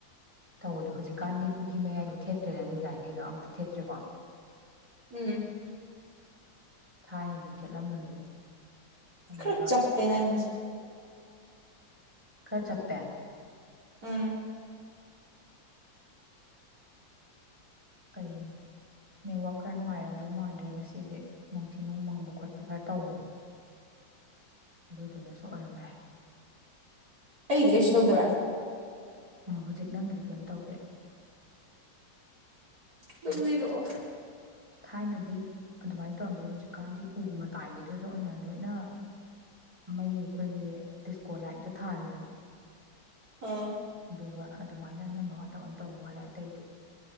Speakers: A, in the centre; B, on the right.
A: ꯇꯧꯕꯗꯣ ꯍꯧꯖꯤꯛꯀꯥꯟꯗꯤ ꯄꯨꯈ꯭ꯔꯤ ꯃꯌꯥꯏꯗ ꯊꯦꯠꯇ꯭ꯔꯦꯗꯅ ꯗꯤꯖꯥꯏꯟ ꯀꯩꯗꯣ ꯑꯝꯇ ꯊꯦꯠꯇ꯭ꯔꯦꯀꯣ
B: ꯎꯝ
A: ꯊꯥꯏꯅꯗꯤ ꯊꯦꯠꯂꯝꯕꯅꯦꯕ ꯑꯗꯨꯒ
B: ꯈꯔ ꯆꯞꯄꯦ ꯅꯪꯒꯤꯁꯦ
A: ꯈꯔ ꯆꯞꯄꯦ
B: ꯎꯝ
A: ꯀꯩꯒꯤꯅꯣ ꯅꯦꯠꯋꯥ꯭ꯔꯛ ꯈꯔ ꯅꯨꯡꯉꯥꯏꯔꯝꯗꯧ ꯃꯥꯟꯗ꯭ꯔꯦ ꯉꯁꯤꯁꯦ ꯅꯨꯡꯊꯤ ꯅꯨꯡ ꯃꯪꯕ ꯈꯣꯠꯄ ꯈꯔ ꯇꯧꯕꯗꯣ ꯑꯗꯨꯗꯨꯅꯁꯨ ꯑꯣꯏꯔꯝꯕ ꯌꯥꯏ
B: ꯑꯩꯒꯤꯗꯤ ꯀꯩꯁꯨ ꯇꯧꯗꯕ꯭ꯔꯥ
A: ꯎꯝ ꯍꯧꯖꯤꯛ ꯅꯪꯒꯤꯗꯤ ꯀꯩꯝ ꯇꯧꯗꯦ
B: ꯗꯨꯝ
A: ꯑꯗꯣ
B: ꯂꯤꯔꯛꯑꯣ
A: ꯊꯥꯏꯅꯗꯤ ꯑꯗꯨꯃꯥꯏꯅ ꯇꯧꯔꯝꯕ ꯌꯥ ꯍꯧꯖꯤꯛꯀꯥꯟꯗꯤ ꯎ ꯃꯇꯥꯏꯒꯤꯗꯨꯗ ꯑꯣꯏꯅ ꯂꯣꯏꯅ ꯃꯩ ꯑꯩꯈꯣꯏꯒꯤ ꯗꯤꯁꯀꯣ ꯂꯥꯏꯠꯇꯣ ꯊꯥꯔꯤꯗꯅ
B: ꯑꯣ
A: ꯑꯗꯨꯒ ꯑꯗꯨꯃꯥꯏꯅ ꯑꯅꯝꯕ ꯉꯥꯛꯇ ꯑꯣꯏꯅ ꯇꯧꯕ ꯃꯥꯜꯂꯦ ꯑꯇꯩꯗꯤ